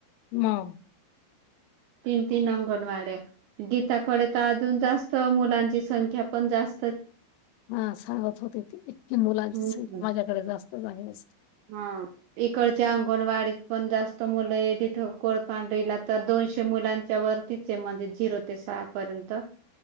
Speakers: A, on the left (about 90°); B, on the right (about 85°).
A: म
B: तीन तीन अंगन वाडे गीता कळे अजून जास्त मुलांची संख्या पण जास्त
A: हा सांगत होते ते इतकी मुलांची
B: हम्म.
A: संख्या माझ्याकडे जास्त झाली असते
B: हा इकडच्या अंगणवाडीत पण जास्त मुलं आहे तिथं कोळपांढरीला तर दोन दोशे मुलांच्या वरतीचे म्हणज झिरो ते सहा पर्यंत